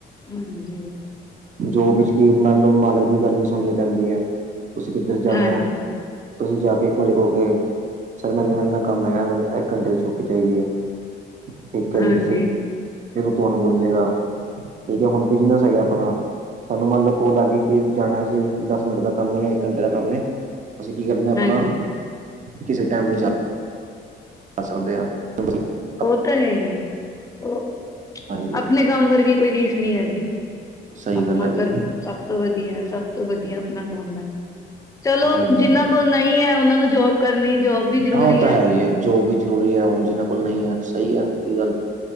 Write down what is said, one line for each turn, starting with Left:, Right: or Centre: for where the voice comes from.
Left: ਹਾਂਜੀ।
Right: ਜੋਬ ਇੱਚ ਕੀ ਮੰਨ ਲੋ ਮਾਲਕ ਦੀ ਗੱਲ ਵੀ ਸੁਨਨੀ ਪੈਂਦੀ ਐ, ਤੁਸੀ ਕਿੱਧਰ ਜਾਨੈ
Left: ਹਾਂਜੀ,
Right: ਤੁਸੀ ਜਾ ਕੇ ਇੱਕ ਵਾਰੀ ਕਓਗੇ। ਸਰ ਮੈਨੂੰ ਇੰਨਾ ਕੰਮ ਹੈਗੈ, ਮੈਨੂੰ ਇੱਕ ਘੰਟੇ ਦੀ ਛੁੱਟੀ ਚਾਈਦੀ ਏ। ਠੀਕ ਐ
Left: ਹਾਂਜੀ,
Right: ਜੀ, ਸਿਰ ਫੇਰ ਓ ਤੋਆਨੂੰ ਬੋਲੇਗਾ ਠੀਕ ਐ ਹੁਣ ਬਿਜਨਸ ਹੈਗੈ ਅਪਨਾ ਸਾਨੂੰ ਮੰਨ ਲੋ ਕੋਲ ਆ ਗੀ ਕੇ ਜਾਣੈ ਅਸੀ, ਦਸ ਮਿੰਟ ਦਾ ਕੰਮ ਹੈਗੈ। ਘੰਟੇ ਦਾ ਕੰਮ ਏ, ਅਸੀ ਕੀ ਕਰਨੈ ਆਪਨਾ
Left: ਹਾਂਜੀ
Right: ਕਿਸੇ ਟੈਮ ਵੀ ਜਾ ਆ ਸਕਦੇ ਆ <unintelligible>
Left: ਓ ਤਾ ਹੈ ਈ ਏ, ਓ
Right: ਹਾਂਜੀ
Left: ਆਪਨੇ ਕੰਮ ਵਰਗੀ ਕੋਈ ਰੀਸ ਨੀਂ ਹੈ ਜੀ।
Right: ਸਹੀ
Left: ਅਪਨਾ
Right: ਗੱਲ ਹੈ ਜੀ
Left: ਕਰਮ ਸਬ ਤੋਂ ਵਦੀਐ, ਸਬ ਤੋਂ ਵਦੀਆ ਅਪਨਾ ਕੰਮ ਐ। ਚਲੋ,
Right: ਹਾਂਜੀ
Left: ਜਿੰਨਾਂ
Right: ਹਾਂਜੀ
Left: ਕੋਲ ਨਈ ਐ ਓਨਾਂ ਨੂੰ ਜੋਬ ਕਰਨੀ ਜੋਬ ਵੀ ਜ਼ਰੂਰੀ
Right: ਹਾਂ ਉਹ ਤਾਂ
Left: ਐ।
Right: ਹੈ ਹੀ ਹੈ ਜੋਬ ਵੀ ਜ਼ਰੂਰੀ ਐ, ਹੁਨ ਜਿੰਨਾਂ ਕੋਲ਼ ਨਈ ਐ, ਸਈ ਐ ਓਵੀ ਗੱਲ।